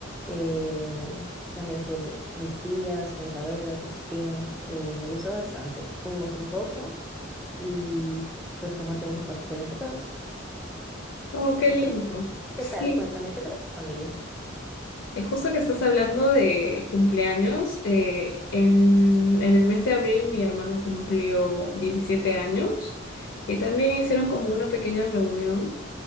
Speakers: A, in the centre; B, on the left (about 65°).
A: Eh, también estuvo mi- mis tías, con mis abuelos, mis primos. eh, me gustó bastante. Comimos un poco y pues compartimos un pastel entre todos.
B: Oh, qué
A: ¿Y
B: lindo.
A: tú? ¿Qué
B: Sí,
A: tal? Cuéntame, ¿qué tal es tu familia?
B: Es justo que estás hablando de cumpleaños. eh, en, en el mes de abril mi hermano cumplió 17 años y también hicieron como una pequeña reunión